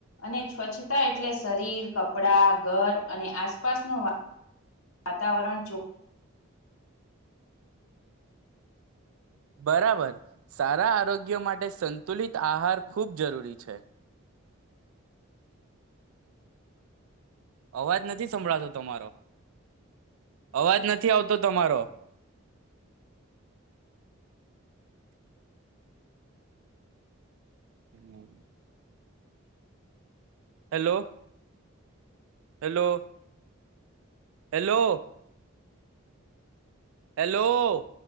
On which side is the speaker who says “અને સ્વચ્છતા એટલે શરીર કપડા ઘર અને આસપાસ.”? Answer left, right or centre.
Left